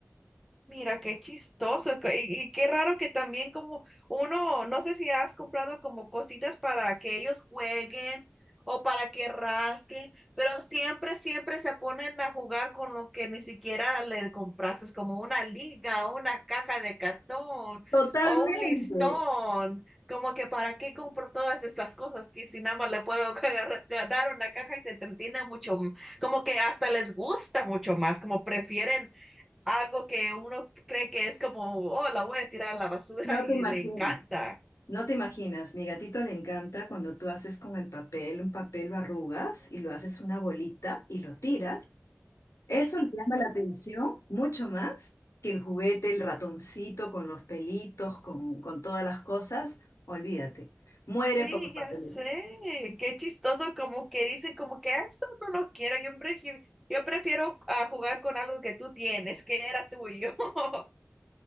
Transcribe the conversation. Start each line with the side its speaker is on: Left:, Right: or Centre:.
Centre: Mira, qué chistoso co- y, y qué raro que también como uno, no sé si has comprado como cositas para que ellos jueguen o para que rasquen, pero siempre, siempre se ponen a jugar con lo que ni siquiera le compraste, como una liga, una caja de cartón
Left: Totalmente,
Centre: o un listón, como que para qué compro todas estas cosas que si nada más le puedo <laughs> agarrar- dar una caja y se entretiene mucho, m- como que hasta les gusta mucho más, como prefieren algo que uno cree que es como, oh, la voy a tirar a la basura
Left: no
Centre: y
Left: te imaginas.
Centre: le encanta.
Left: No te imaginas, mi gatito le encanta cuando tú haces con el papel, un papel lo arrugas y lo haces una bolita y lo tiras. Eso le llama la atención mucho más que el juguete, el ratoncito con los pelitos, con, con todas las cosas. Olvídate, muere
Centre: Sí,
Left: por los papelitos.
Centre: ya sé, qué chistoso, como que dicen como que "Ah, esto no lo quiero, yo, prefi- yo prefiero ah, jugar con algo que tú tienes, que era tuyo. <laughs>